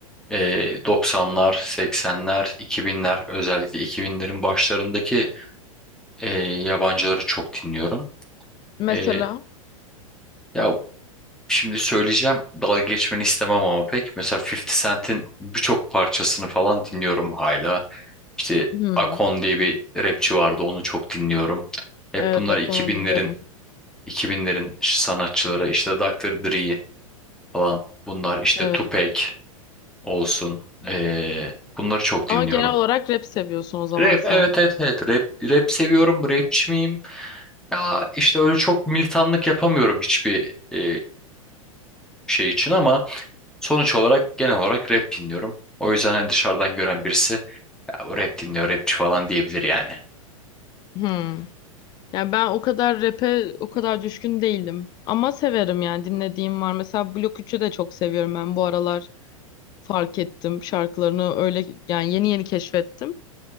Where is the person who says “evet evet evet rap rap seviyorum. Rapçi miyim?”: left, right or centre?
Centre